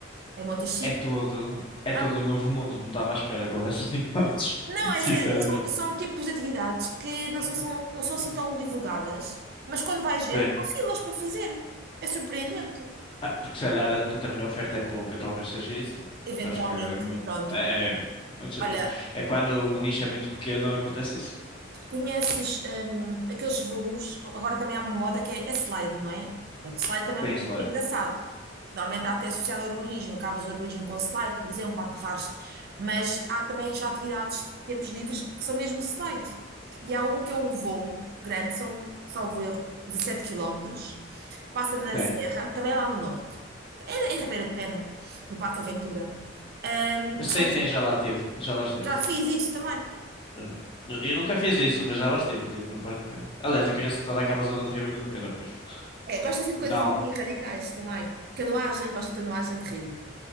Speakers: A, on the right (about 55°); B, on the left (about 25°).
A: em Montachique.
B: É todo, é todo
A: Ah,
B: um novo mundo, não estava à espera que houvesse assim tantos,
A: não,
B: <laughs>
A: é
B: sinceramente.
A: sério. é- são, são tipos de atividades que não são, são- não são assim tão divulgadas, mas quando vais ver,
B: Sim.
A: há filas para fazer. É surpreendente.
B: Ah, porque se calhar a- também a oferta é pouca, talvez seja isso.
A: Eventualmente,
B: Sabes que é muito,
A: pronto.
B: é, é, muitos-
A: Olha,
B: mu- é quando o nicho é muito pequeno, acontece isso.
A: Conheces hum, aqueles voos, agora também há uma moda que é, é slide, não é? Pronto, slide também
B: Tem
A: é uma coisa
B: slide.
A: que é engraçado, que normalmente está até associado ao urbanismo, acabas o urbanismo com o slide, por exemplo, para aterrares, mas há também já atividades de tempos livres que são mesmo slide. E há um que é o voo grande, são, salvo erro, 17 quilómetros, passa na
B: Tem.
A: Serra, também é lá no norte, é em Ribeira de Pena, no Parque Aventura. Hum, que
B: Sim,
A: são-
B: sim, já lá teve, já lá esteve.
A: já fiz isso também.
B: Já. Nu- Eu nunca fiz isso, mas já lá esteve, estive no Parque de Pena. Aliás, eu conheço toda aquela zona do Ribeiro do Pena, por isso.
A: É, gosto assim de coisas
B: Não,
A: um bocadinho radicais também. Canoagem, gosto de canoagem de rio.